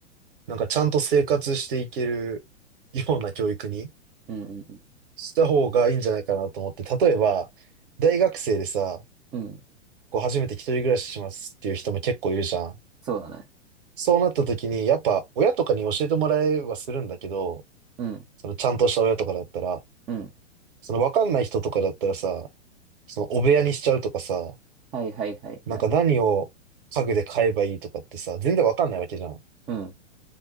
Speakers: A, on the right; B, on the right.
A: なんかちゃんと生活していける <laughs> ような教育に
B: うんうん
A: した方がいいんじゃないかなと思って、例えば、大学生でさ、
B: うん。うん。
A: こう初めて一人暮らししますっていう人も結構いるじゃん。
B: そうだね。
A: そうなった時に、やっぱ親とかに教えてもらえはするんだけど、
B: うん、
A: そのちゃんとした親とかだったら、
B: うん。
A: そのわかんない人とかだったらさ、そのお部屋にしちゃうとかさ、
B: はいはいはいはい。
A: なんか何を家具で買えばいいとかってさ、全然わかんないわけじゃん。
B: うん、